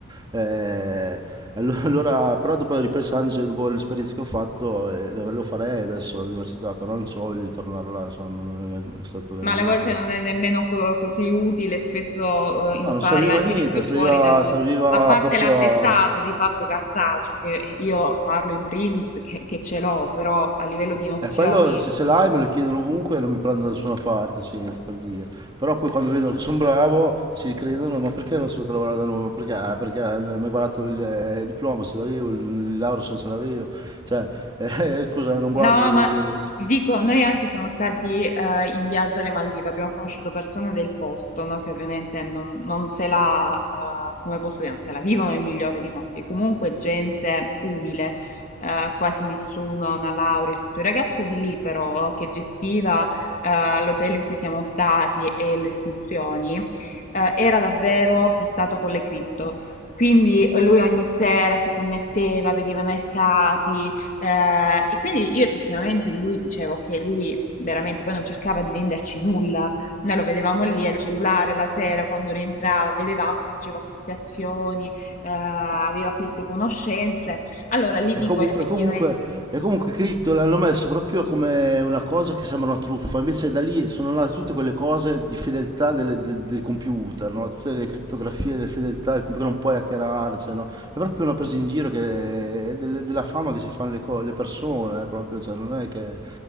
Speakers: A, on the right (about 20°); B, on the left (about 40°).
A: Eh, allo- <laughs> allora, però dopo ripensandoci, dopo l'esperienza che ho fatto, eh, lo lo farei adesso all'università, però non so, voglio di tornare là, insomma, non è, è stato veramente...
B: Ma alle volte non è nemmeno co- così utile, spesso eh, impari
A: No, non serviva
B: anche
A: a niente,
B: di più fuori
A: serviva,
B: dall'università.
A: serviva
B: A parte
A: proprio
B: l'attestato
A: a...
B: di fatto cartaceo, che io parlo in primis, che, che ce l'ho, però a livello di nozioni
A: E quello se ce l'hai me lo chiedono ovunque e non mi prendono da nessuna parte, senti, per dire. Però poi quando vedono che sono bravo si ricredono, ma perché non sei venuto a lavorare da noi? Ma perché? "Ah, perché mi hai guardato il, eh, il diploma se l'avevo, il, il laurea se non ce l'avevo. Cioè, <laughs> eh, scusa, non guardi
B: No,
A: le,
B: ma
A: le-
B: ti dico, noi anche siamo stati eh, in viaggio alle Maldive, abbiamo conosciuto persone del posto, no, Che ovviamente non, non se la, eh, come posso dire, non se la vivono nel migliore dei modi. Comunque gente umile, eh, quasi nessuno, ha una laurea e tutto. Il ragazzo di lì però, che gestiva eh, l'hotel in cui siamo stati e le escursioni, eh, era davvero fissato con le cripto. Quindi lui ogni sera si connetteva, vedeva mercati, eh, e quindi io effettivamente lui dicevo che lui veramente poi non cercava di venderci nulla, noi lo vedevamo lì al cellulare la sera quando rientrava, vedevamo che faceva queste azioni, eh, aveva queste conoscenze. Allora lì dico
A: E, comu-
B: effettivamente,
A: e comunque, e comunque Crypto l'hanno messo proprio come una cosa che sembra una truffa, invece da lì sono nate tutte quelle cose di fedeltà delle- del, del computer, no? Tutte le criptografie delle fedeltà, il computer non puoi hackerare, cioè, no? È proprio una presa in giro che- delle- della fama che si fanno le, co- le persone, eh, proprio, cioè, non è che...